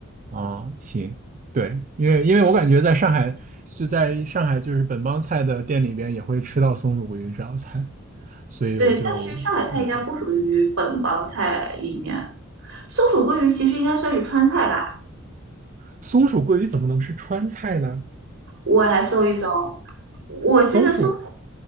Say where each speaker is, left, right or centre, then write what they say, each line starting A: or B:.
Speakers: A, on the right (about 40°); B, on the right (about 70°).
A: 啊，行，对，因为因为我感觉在上海就在上海就是本帮菜的店里边也会吃到松鼠桂鱼这道菜，所以我就嗯，
B: 对，但是上海菜应该不属于本帮菜里面。松鼠桂鱼其实应该算是川菜吧？
A: 松鼠桂鱼怎么能是川菜呢？
B: 我来搜一搜，我记得松，
A: 松鼠，